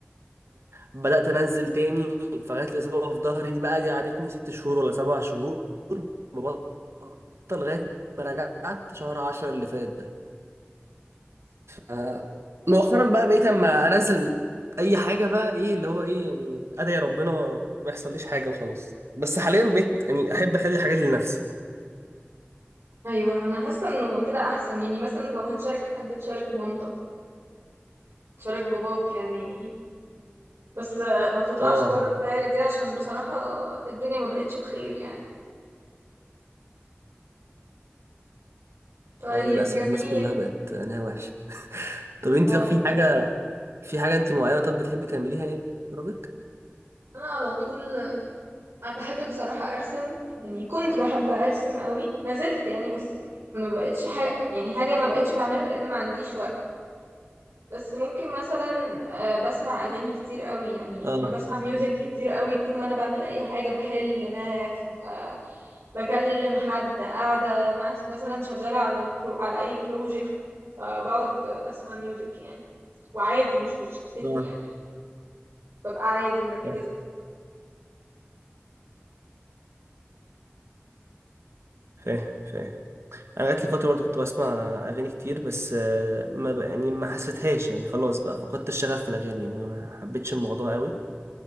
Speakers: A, on the right (about 85°); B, on the right (about 65°).
A: بدأت أنزل تاني فجات لي إصابة في ظهري دي بقى دي قعدتني ست شهور ولا سبع شهور مبطل لغاية ما رجعت شهر عشرة اللي فات ده آه، مؤخرا بقى بقيت أما أنزل أي حاجة بقى إيه اللي هو إيه يعني أدعي ربنا ما يحصليش حاجة وخلاص بس حاليا بقيت يعني أحب أخلي الحاجات دي لنفسي يعني.
B: ايوه انا حاسة انه كده احسن يعني مثلا لو هتشارك حد تشارك مامتك تشارك باباك يعني بس ما تطلعش
A: اه
B: بره
A: يعني
B: الدايرة دي عشان بصراحة الدنيا ما بقتش بخير يعني طيب
A: اه للاسف
B: جميل
A: الناس كلها بقت عينيها وحشه طب انت
B: اه
A: طب في حاجه في حاجه انت معينه طب بتحبي تعمليها يعني في فراغك
B: انا على طول انا بحب بصراحة ارسم يعني كنت بحب ارسم قوي ما زلت يعني بس ما بقتش حاجة يعني حاجة ما بقتش بعملها لان ما عنديش وقت بس ممكن مثلا آه، بسمع اغاني كتير قوي يعني
A: اه
B: انا بسمع ميوزك كتير قوي طول ما انا بعمل اي حاجه بحل ماث ب- بكلم حد قاعده مع مثلا شغاله على البرو على اي بروجكت فبقعد اسمع ميوزك يعني وعادي مش بتشتتني
A: اه
B: يعني ببقى عادي مركزه
A: فاهم فاهم فاهم. انا جات لي فتره برضه كنت بسمع اغاني كتير بس آه، ما بقى يعني ما حسيتهاش يعني خلاص بقى فقدت الشغف في الاغاني يعني ما حبيتش الموضوع قوي